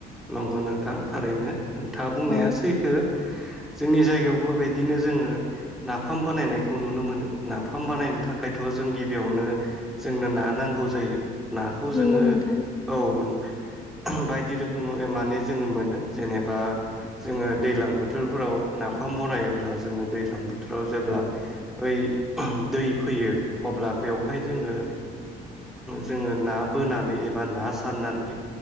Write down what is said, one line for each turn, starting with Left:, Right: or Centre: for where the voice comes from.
Centre: नं गौ नोंथां थारैनो नोंथाङा बुंनाया
Left: औ
Centre: सैथो जोंनि जायगायावबो बिदिनो जोङो नाफाम बानायनायखौ नुनो मोनो नाफाम बानायनो थाखायथ' जों गिबियावनो जोंनो ना नांगौ जायो नाखौ जोङो
Left: नंगौ नोंथां
Centre: औ नों बायदि रो खोमै माने जोङो मोनो जेनेबा जोङो दैलां बोथोरफोराव नाफाम बनायब्ला जोङो दैलां बोथोराव जेब्ला ओइ दै फैयो अब्ला बेवहाय जोङो जोङो ना बोनानै एबा ना सारना नै